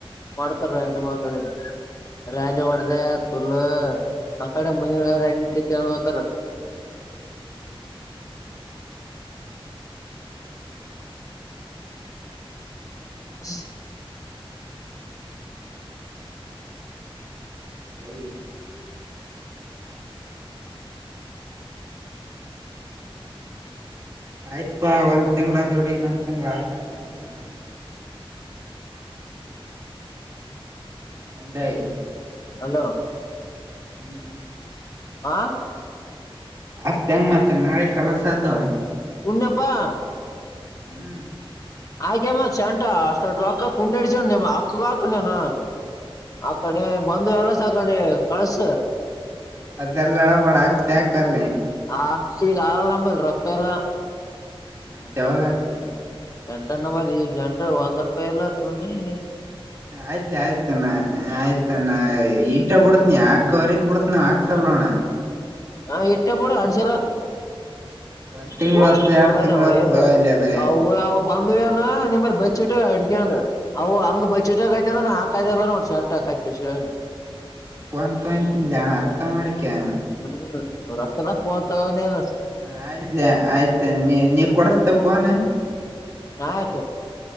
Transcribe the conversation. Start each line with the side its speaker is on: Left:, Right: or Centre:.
Left: ಮಾಡ್ತಾರ ಎಮ ಕಳಲ್ಲ ರ್ಯಾಲಿ ಒಡದೆ ಸ್ಕೂರ್ಲ್ಲ ಅಕ್ಕಡೆ ಮುಂಜಿನಗಾರ ಎಂಟ ಚನತಾರ
Right: <inaudible> <unintelligible> <unintelligible>
Left: ಹ <inaudible>
Right: <inaudible> ಆಯ್ತ್ಪಾ ಒಂದ್ ತಿಂಗಳದ ಡಿ ಇನ್ೊಂದ್ ತಿಂಗ್ಳ ಆಾಕತಿ ಅಂತ <inaudible> ಹೆಂಗದಾಯ <inaudible>
Left: ಅಲೋ <inaudible>
Right: ಹ್ಮ್ <inaudible>
Left: ಆ <inaudible>
Right: ಆಗ್ತ ಹೆಂಗ ಮತ್ ನಾಳೆ ಕಲಸ ಆತ <inaudible>
Left: ಉ್ಣಪ್ಪಾ <inaudible>
Right: ಹ್ಮ್ <inaudible>
Left: ಆಯ್ಕಮ್ಮ ಚಂಟ ಅಷ್ಟ ಅಕ್ಕ ಕುಂಡ ಇಡಚ ನಿಮ್ಮ ಅಕ್ಕಗ ಹಾಕ ನೀನು <inaudible> ಕಡೆ ಬಂದು ಎಲ್ಲಸ ಆ ಕಡೆ ಕಳ್ಸ <inaudible>
Right: ಅದೆಲ್ಲಬಡ ಆಗ್ತೆ ಆಕಲ್ಲಿ <inaudible>
Left: ಆ ಈಗ ಆಲಂಬಲ್ ರೊಕ್ಕ ಎಲ್ಲ <inaudible>
Right: ಮತ್ತೆಾವಾಗ ಆಗ್ತಿ <inaudible>
Left: ಸೆಂಟರ್ ನಂಬರ್ ಈ ಸೆಂಟರ್ ಒಂದ ರೂಪಾಯಿ ಎಲ್ಲ ತುಿ <inaudible>
Right: ಆಯ್ತ್ಲಿ ಆಯ್ತಣ ಆಯ್ತ್ಣ ಈಟ ಬಿಡತ್ನಿ ಯಾಕವರೆಗ ಬಿಡ <inaudible> ವಕ್ ಸರ್ಣ <inaudible>
Left: ಹಾ ಎಾ ಬಡ ಅಡಿಸಲಕ <inaudible>
Right: ಒಂದ್ ತಿಂಗ್ಳ
Left: ಬಸ್
Right: ಹೊತ್ತ ಎರಡ್
Left: ಮಗಾಯನೆ
Right: ತಿಂಗ್ಳ
Left: ಹತ
Right: ಹೊತ್ತದ ಒಯ್ಲಿ ಅದೇ
Left: ಅವ <inaudible> ಬಂದ್ ನಿ ಬ ಇಟ ಅಡಸೊಂಡ್ ಅವು ಹಂಗ ಬಚ್ಟಕ್ ಐತೆದ ಹಾಕದಲ್ಲ ನೋಡ್ಸಂಟ <inaudible> ಆಯ್ತ ಶ <inaudible>
Right: ಪಂತಿಲ್ಲಾನ ಅರ್ಥ ಮಾಡಡಿಕ <inaudible>
Left: ಹ್ಮ ರಕದ ಪೊಹಚಾಗನ <inaudible>
Right: ಹ ಆಯ್ತ್ ಆಯ್ತ ನೀ ನೀವ ಕೊಡಸ್ತ ಪೋನ <inaudible>
Left: ಹಕೆ <unintelligible>